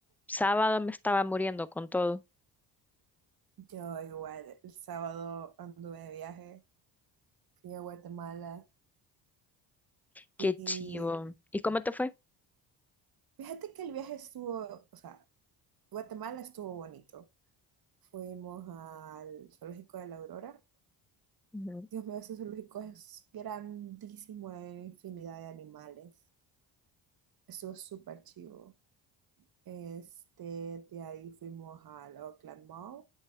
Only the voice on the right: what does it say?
Yo igual, el sábado anduve de viaje, fui a Guatemala
y
fíjate que el viaje estuvo, o sea, Guatemala estuvo bonito. Fuimos al zoológico de la Aurora.
Dios mío, ese zoológico es grandísimo, hay infinidad de animales. Estuvo súper chivo. Este, de ahí fuimos al Oakland Mall.